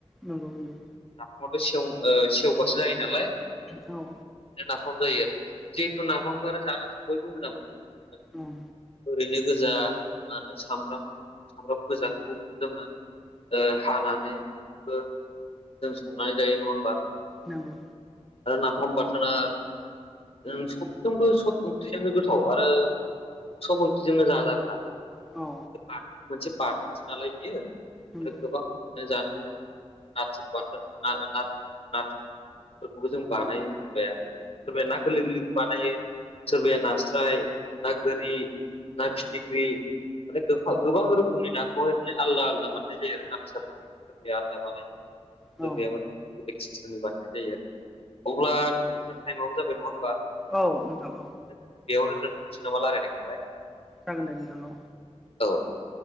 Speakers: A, in the centre; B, on the left.
A: नंगौ नंगौ।
B: नाफाम आथ' सेव ओ सेवबासो जायो नालाय
A: औ
B: नाफाम जायो आरो जिहेथु नाफामखौ आरो जानो बयबो मोजां मोनो।
A: ओं
B: ओरैनो गोजा मा होनो सामब्राम सामब्राम गोजाखौ जोङो ओ हानानै बिदिबो जों संनानै जायो नङा होमबा
A: नंगौ।
B: आरो नाफाम बाथोना नों सब संबो सब ओंख्रिजोंनो गोथाव आरो सब ओंख्रिजोंनो जाजाग्रा
A: औ
B: ओ बा मोनसे बाथोनसो नालाय बियो
A: नंगौ
B: आरो गोबां जानो मोनदों नाथुर बाथोन ना ना नाथुर फोरखौबो जों बानायो सोरबाया सोरबाया ना गोरलै गोरलै बानायो सोरबाया नास्राय ना गोरि ना फिथिग्रि माने गोफा गोबां रोखोमनि नाखौहाय माने आलदा आलदा बानायनाय जायो आरो ना फिसाफोरनि सोरबाया आलदा बानायो सोरबाया
A: औ
B: माने बेलेग सिस्टमनि बानायनाय जायो आरो अब्ला दा टाइमावबो जाबाय नङा होमबा
A: औ नोंथां औ
B: ओ बेयावनो दोनथ'नोसै नामा रायलायनायखौहाय
A: जागोन दे नोंथां औ
B: औ